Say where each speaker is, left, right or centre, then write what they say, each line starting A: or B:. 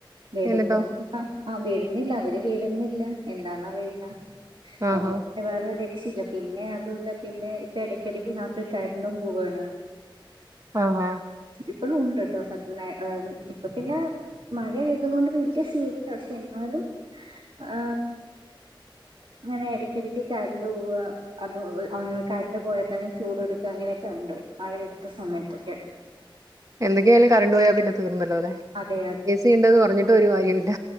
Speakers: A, on the right (about 70°); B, on the right (about 40°).
A: വരുന്നും
B: എന്നിട്ടോ
A: ല്ല ആഹ് വരുന്നില്ല അവര് വരുന്നില്ല എന്താന്നറിയില്ല
B: ആഹാ
A: അപ്പോ വേറെ രക്ഷയില്ല പിന്നെ അതു അല്ല പിന്നെ ഇപ്പ എടയ്ക്ക എടയ്ക്ക് രാത്രി കരണ്ടും പോവാണ്
B: ആഹ് ഹ
A: ഇപ്പളും ഉണ്ട് ട്ടോ സത്യം എ ഇപ്പോ പിന്നെ മഴയായതുകൊണ്ട് വലിയ സീനില്ല പക്ഷേ എന്നാലും ആ ഇങ്ങനെ എടയ്ക്യടക്ക് കറണ്ട് പോവുക അതോ അങ്ങ കരണ്ട് പോയാ തന്നെ ചൂട് എടുക്ക അങ്ങനെയൊക്കെ ഉണ്ട് മഴയില്ലാത്ത സമയത്തൊക്കെ
B: എന്തൊക്കെയാലുംകറണ്ട്പോയാ പിന്നെതീർന്നല്ലോലേ
A: അതെ
B: എ സി ഉണ്ടന്ന്പറ്ഞ്ഞിട്ട്ഒരുകാര്യമില്ല